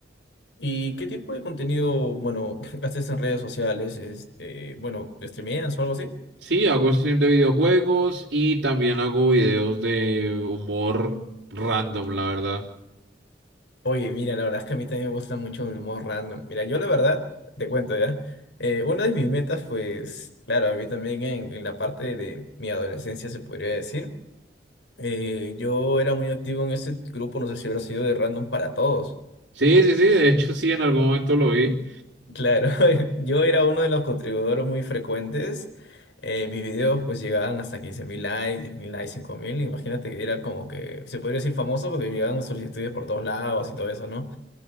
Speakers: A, on the left; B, on the right.
A: ¿Y qué tipo de contenido, bueno, <laughs> haces en redes sociales? Este, bueno, ¿streameas o algo así?
B: Sí, hago stream de videojuegos y también hago videos de humor random, la verdad.
A: Oye, mira, la verdad es que a mí también me gusta mucho el humor random. Mira, yo la verdad, te cuento ya, eh, una de mis metas, pues, claro, a mí también en, en la parte de mi adolescencia se podría decir, eh, yo era muy activo en ese grupo, no sé si habrá sido de Random para Todos.
B: Sí, sí, sí, de hecho sí, en algún momento lo vi.
A: Claro, <laughs> yo era uno de los contribuidores muy frecuentes. eh, mis videos pues llegaban hasta 15.000 likes, 10.000 likes, 5.000. Imagínate que era como que, se podría decir famoso porque me llegaban solicitudes por todos lados y todo eso, ¿no?